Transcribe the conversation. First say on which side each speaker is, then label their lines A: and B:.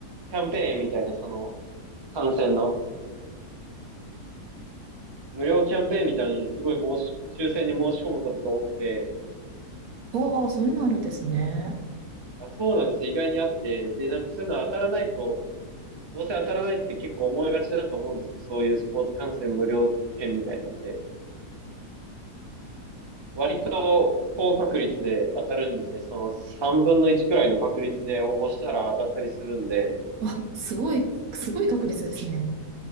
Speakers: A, on the right (about 25°); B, on the right (about 65°).
A: キャンペーンみたいな、その、参戦の、無料キャンペーンみたいにすごい申し、抽選に申し込むことが多くて、
B: ああ、そういうのあるんですね。
A: あ、そうなんですよ。意外にあって。で、なんかそういうの当たらないと、どうせ当たらないって結構思いがちだと思うんですけど、そういうスポーツ観戦無料券みたいになって。割と高確率で当たるんですね。その3分の1くらいの確率で応募したら当たったりするんで。
B: わ、すごい、すごい確率ですね。